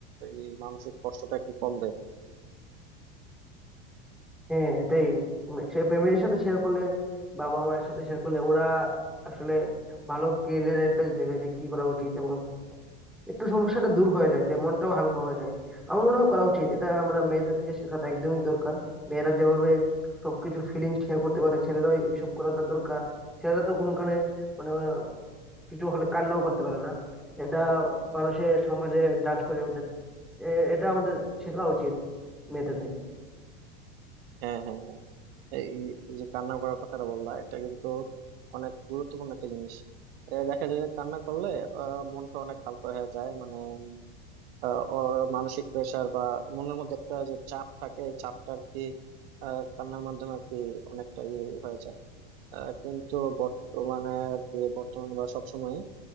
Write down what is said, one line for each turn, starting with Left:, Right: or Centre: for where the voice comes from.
Right: এই মানসিক কষ্টটা একটু কমবে
Centre: হ্যাঁ এটাই ফ্যামিলির সাথে শেয়ার করলে বাবা মায়ের সাথে শেয়ার করলে ওরা আসলে ভালো কেরিয়ার অ্যাডভাইস দেবে যে কি করা উচিত এবং একটু সমস্যাটা দূর হয়ে যায় যে মনটাও হালকা হয়ে যায় আমার মনে হয় করা উচিত এটা আমরা মেয়েদের থেকে শেখাটা একদমই দরকার মেয়েরা যেভাবে সবকিছু ফিলিং শেয়ার করতে পারে ছেলেরাও এসব করাটা দরকার ছেলেরা তো কোনোখানে মানে আহ, কিছু হলে কান্নাও করতে পারে না এটা মানুষের সমাজে জাজ করে ওদের এ- এটা আমাদের শেখা উচিত মেয়েদের থেকে
Right: হ্যাঁ হ্যাঁ হ্যাঁ এই এই যে কান্না করার কথাটা বললা এটা কিন্তু অনেক গুরুত্বপূর্ণ একটা জিনিস এ দেখা যায় যে কান্না করলে আহ, মনটা অনেক হালকা হয়ে যায় মানে আহ, অ- মানসিক প্রেশার বা মনের মধ্যে একটা যে চাপ থাকে এই চাপটা আর কি আহ, কান্নার মাধ্যমে আর কি অনেকটা ইয়ে হয়ে যায় আহ, কিন্তু বর্তমানে আর কি বর্তমানে বা সবসময়